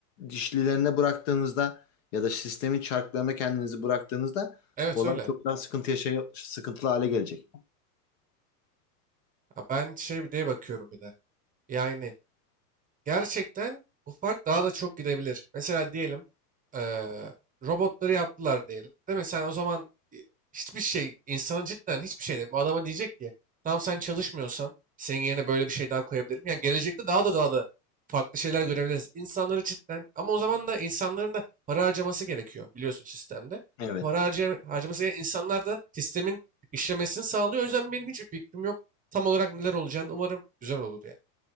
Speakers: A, on the left; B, on the right.
A: dişlilerine bıraktığınızda ya da sistemin çarklarına kendinizi bıraktığınızda
B: Evet
A: olay
B: öyle.
A: çok daha sıkıntı yaşay sıkıntılı hale gelecek.
B: Ya ben şey bir diye bakıyorum bir de. Yani gerçekten bu fark daha da çok gidebilir. Mesela diyelim eee, robotları yaptılar diyelim. Değil mi? Sen o zaman e, hiçbir şey, insanın cidden hiçbir şey değil. Bu adama diyecek ki tamam sen çalışmıyorsan senin yerine böyle bir şey daha koyabilirim. Yani gelecekte daha da daha da farklı şeyler görebiliriz. İnsanları cidden ama o zaman da insanların da para harcaması gerekiyor biliyorsun sistemde.
A: Evet.
B: Para harcay harcaması gereken insanlar da sistemin işlemesini sağlıyor. O yüzden benim hiçbir fikrim yok. Tam olarak neler olacağını umarım güzel olur yani.